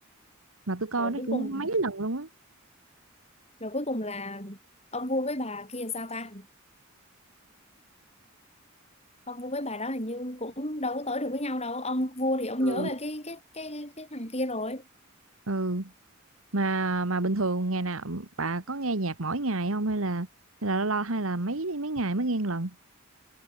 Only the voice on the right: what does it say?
mà tôi coi
nó
cũng
mấy lần luôn á
ừ
ừ mà mà bình thường ngày nào bà có nghe nhạc mỗi ngày không hay là hay là lo hay là mấy mấy ngày mới nghe một lần